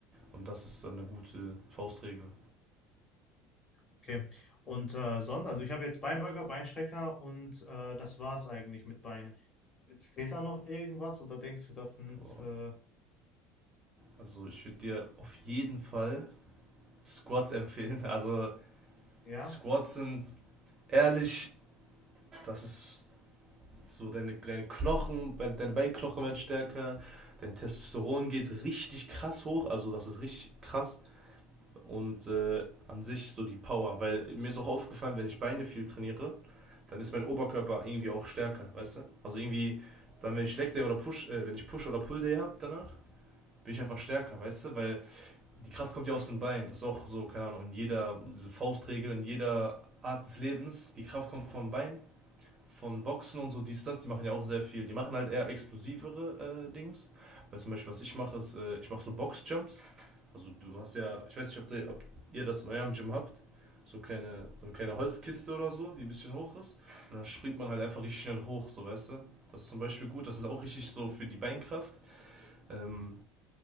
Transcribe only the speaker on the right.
Und das ist dann eine gute Faustregel.
Boah.
Also ich würde dir auf jeden Fall Squats empfehlen. Also
Squats sind ehrlich, das ist so deine, deine Knochen, deine Beinknochen werden stärker, dein Testosteron geht richtig krass hoch, also das ist richtig krass. und äh, an sich so die Power. Weil mir ist auch aufgefallen, wenn ich Beine viel trainiere, dann ist mein Oberkörper irgendwie auch stärker, weißt du? Also irgendwie, dann wenn ich Leg Day oder Push, äh, wenn ich Push oder Pull Day habe danach, bin ich einfach stärker, weißt du? Weil die Kraft kommt ja aus den Beinen. Das ist auch so, keine Ahnung, in jeder, diese Faustregel, in jeder Art des Lebens, die Kraft kommt vom Bein von Boxen und so, dies, das, die machen ja auch sehr viel. Die machen halt eher explosivere äh, Dings. Weil zum Beispiel, was ich mache, ist, äh, ich mache so Boxjumps. Also du hast ja, ich weiß nicht, ob, der, ob ihr das in eurem Gym habt. So, kleine, so eine kleine Holzkiste oder so, die ein bisschen hoch ist. Und dann springt man halt einfach richtig schnell hoch, so weißt du. Das ist zum Beispiel gut, das ist auch richtig so für die Beinkraft. Ähm,